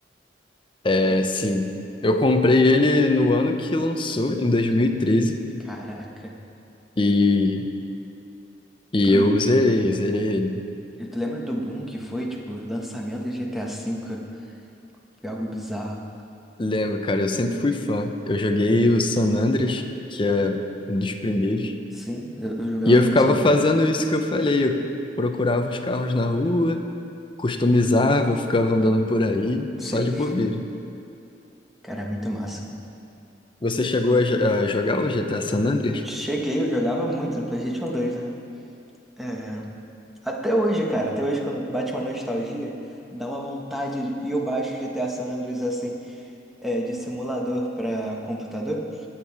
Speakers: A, on the left; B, in the centre.
A: É,
B: É,
A: sim. Eu comprei ele no ano que lançou, em 2013,
B: caraca.
A: e, treze, e
B: Tu,
A: e eu zerei, zerei. ele.
B: e tu lembra do boom que foi, tipo, lançamento de GTA V? Foi algo bizarro.
A: Lembro, cara, eu sempre fui fã. Eu joguei o San Andreas, que é um dos primeiros,
B: Sim, eu, eu jogava
A: e eu
B: muito
A: ficava
B: Sandro.
A: fazendo isso que eu falei. Eu procurava os carros na rua, customizava, ficava andando por aí,
B: Sim,
A: só de bobeira.
B: cara, é muito massa.
A: Você chegou a, jo- a jogar o GTA San Andreas?
B: Cheguei, eu jogava muito no PlayStation 2 ainda. É, até hoje, cara, até hoje quando bate uma nostalgia, dá uma vontade e eu baixo GTA San Andreas assim, é, de simulador pra computador.